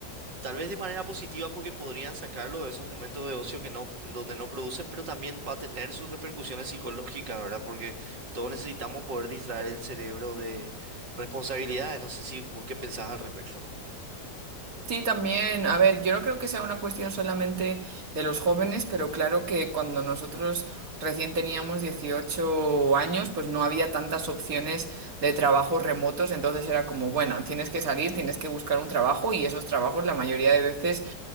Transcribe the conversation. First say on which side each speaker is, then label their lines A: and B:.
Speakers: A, on the right (about 85°); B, on the right (about 55°).
A: Tal vez de manera positiva porque podrían sacarlo de esos momentos de ocio que no, donde no producen, pero también va a tener sus repercusiones psicológicas, ¿verdad? Porque todos necesitamos poder distraer el cerebro de responsabilidades. No sé si vos qué pensás al respecto.
B: Sí, también. A ver, yo no creo que sea una cuestión solamente de los jóvenes, pero claro que cuando nosotros recién teníamos 18 años, pues no había tantas opciones de trabajos remotos, entonces era como, bueno, tienes que salir, tienes que buscar un trabajo y esos trabajos la mayoría de veces...